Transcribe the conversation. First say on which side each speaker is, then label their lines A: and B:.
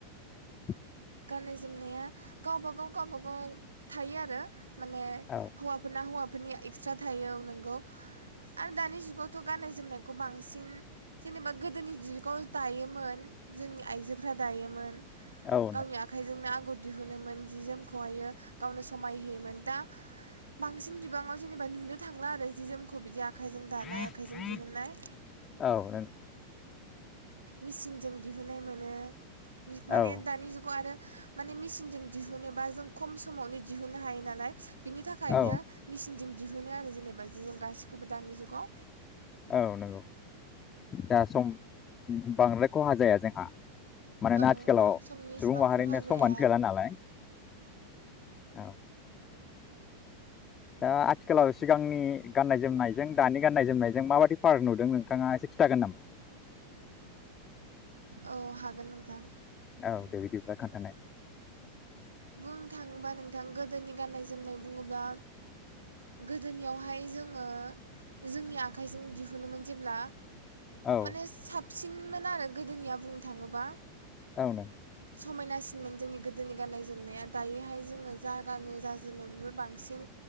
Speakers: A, on the left; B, on the right.
A: <unintelligible>
B: गाननाय जोमनाया गावबा गाव बागाव गाव बागाव थायो आरो। माने
A: औ
B: हौवाफोरना हौवा फोरनिया एक्सट्रा थायो नोंगौ। आं दानि जुगाव थ' गाननाय जोमनायखौ बांसिन जेनेबा गोदोनि जुगाव दायोमोन जोंनि आइजोफ्रा दायोमोन।
A: औ
B: गावनि आखाइजोंनो दिहुनोमोन जि जोमखौहायो गावनो समाय होयोमोन दा बांसिन बिबाङाव जेनेबा नुनो थांला आरो जि जोमखौ बिदि आख आखाइजों
A: नो
B: दानाय आखाइजों दिहुन्नाय
A: औ नों
B: मिसिनजों दिहुननाय मोनो। मित
A: औ
B: माने दानि जुगाव आरो माने मिचिनजों दिहुनो बा जों खम समावनो दिहुननो हायो नालाय बिनि थाखायनो
A: औ
B: मिेसिनजों दिहुनो आरो जेनेबा जि जों गासिखौबो दानि जुगाव
A: औ नंगौ। दा सम बांद्राय खहा जाया जोंहा। मानोना
B: औ
A: आथिखालाव
B: समनिइसिबां
A: सुबुं माहारिनो
B: खहा जाया।
A: समानो थोला नालाय औ। दा आथिखालाव स सिगांनि गाननाय जोमनायजों दानि गाननाय जोमनायजों माबायदि पाराक नुदों नोंथाङा एसे खिन्थागोन नामा?
B: औ हागोन नोंथां।
A: औ दे बिदिब्ला खोन्थानाय
B: बुंनो थांङोबा नोंथां गोदोनि गाननाय जोमनाय बुङोब्ला गोदोनियावहाय जोङो जोंनि आखाइजों दिहुनोमोन जेब्ला
A: औ
B: माने साब साबसिनमोन आरो गोदोनिया बुंनो थाङोब्ला।
A: आंनाव <unintelligible>
B: समायनासिनमोन जोंनि गोदोनि गाननाय जोमनाया दायोहाय जोङो जा गानो जा जोमो बेफोर बांसिन